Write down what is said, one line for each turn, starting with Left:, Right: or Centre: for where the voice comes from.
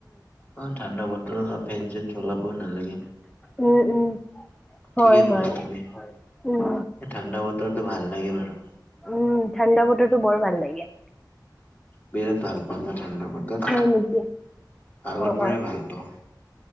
Left: অ ঠাণ্ডা বতৰ ফে চেন সেওলব নালাগ
Centre: উম উম
Left: ঠিকেই
Centre: হয়,
Left: ক'লা
Centre: হয়,
Left: তুমি
Centre: উম।
Left: ঠাণ্ডা বতৰটোো ভাল লাগে বাৰু
Centre: উম ঠাণ্ডা মটৰটো বৰ ভাল লাগে
Left: বেত ভাল পা ন াঠণ্ড হঠৎ
Centre: হয় নেকি?
Left: আগৰ
Centre: অ',
Left: পৰাই ভাল পাওঁ